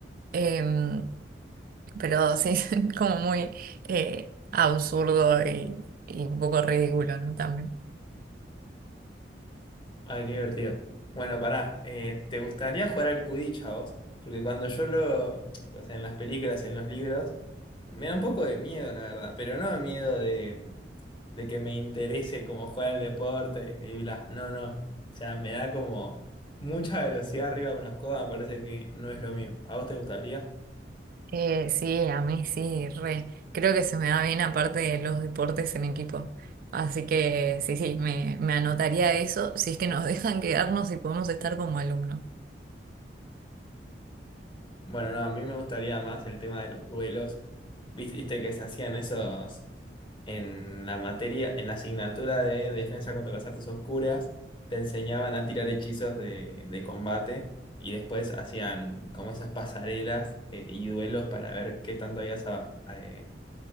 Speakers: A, on the right; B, on the left.
A: Em, pero sí, <laughs> como muy eh, absurdo y, y un poco ridículo, ¿no? También.
B: Ay, qué divertido. Bueno, pará, eh, ¿te gustaría jugar al Quidditch a vos? Porque cuando yo lo, o sea, en las películas, en los libros, me da un poco de miedo, la verdad, pero no miedo de, de que me interese como jugar al deporte y bla, no, no. O sea, me da como mucha velocidad arriba de una escoba, me parece que no es lo mío. ¿A vos te gustaría?
A: Eh, sí, a mí sí, re. Creo que se me da bien aparte de los deportes en equipo. Así que sí, sí, me, me anotaría eso si es que nos <laughs> dejan quedarnos y podemos estar como alumnos.
B: Bueno, no, a mí me gustaría más el tema de los duelos. Viste que se hacían esos en la materia, en la asignatura de defensa contra las artes oscuras, te enseñaban a tirar hechizos de, de combate y después hacían como esas pasarelas eh, y duelos para ver qué tanto habías, a- eh,